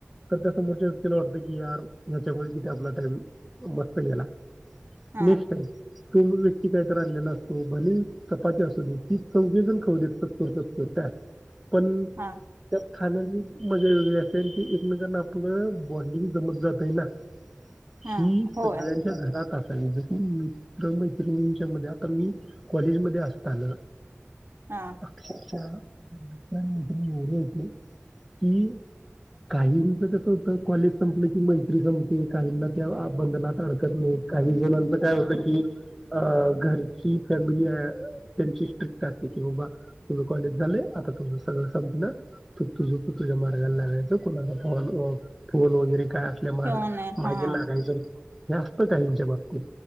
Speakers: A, in the centre; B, on the right (about 55°).
A: तर त्या समोरच्या व्यक्तीला वाटत कि यार ह्याच्यामुळे किती आपला टईम मस्त याला
B: हा
A: नक्स् तो व्यक्ती काहीत आणलेला असतो भले चपाती असू दे ती चौघजण खाऊ देत चकर चकर त्या पण
B: हा
A: खाण्याची मजा वेगळी असते आणि ते एकमेकांना आपलं बॉन्डिंग जमत जात आहे ना
B: हा
A: ही
B: होय
A: सगळ्यांच्या घरात म्हणज मित्र मैत्रिणींच्या मध्ये आता कॉलेजमध्येध्ये असताल
B: हा
A: अच्छा अच्छा एवढे हो कि काहींच कस होत कॉलेज संपलं कि मैत्री संपते काहींना त्या बंधनात हरकत नाही काही जणांच काय होत की अ घरची फॅमिली त्यांची स्ट्रिक्ट असते कि बाबा तुम्ही कॉलेज झाले आता तुम सगळं संपलं तुप तू झुप तुझा मला को्हा फ फोन वगैरे काय असल्या म
B: ठेवून आहे
A: माझे
B: हा
A: लागायचं नाही जास्त काहीच्या बाबतीत